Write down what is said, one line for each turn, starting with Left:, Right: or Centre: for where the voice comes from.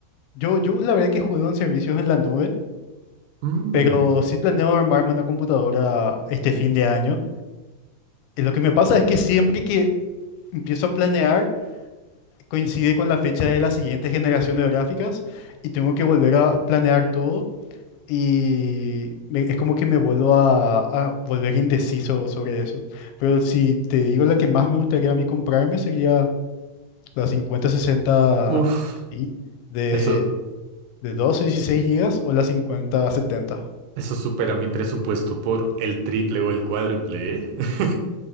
Left: yo, yo la verdad que juego en servicios en la nube,
Right: Mm,
Left: pero sí planeo armarme una computadora este fin de año. Y lo que me pasa es que siempre que empiezo a planear, coincide con la fecha de la siguiente generación de gráficas y tengo que volver a planear todo. Y me- es como que me vuelvo a, a volver indeciso sobre eso. Pero si te digo la que más me gustaría a mí comprarme sería la 5060
Right: uf,
Left: Ti de,
Right: eso,
Left: de 12 y 16 GB o la 5070.
Right: eso supera mi presupuesto por el triple o el cuádruple, ¿eh? <laughs>